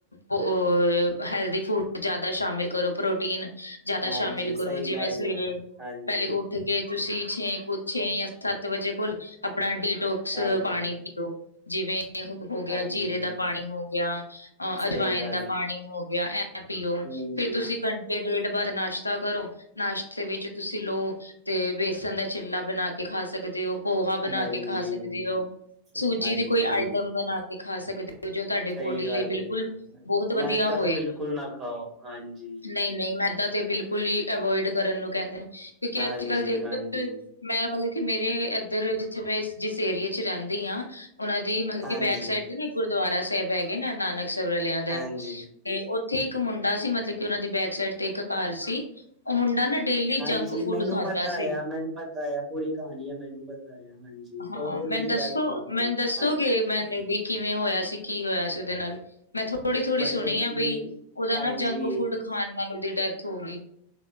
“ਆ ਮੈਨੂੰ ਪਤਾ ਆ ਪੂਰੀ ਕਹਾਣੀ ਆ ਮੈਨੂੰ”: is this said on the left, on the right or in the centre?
Right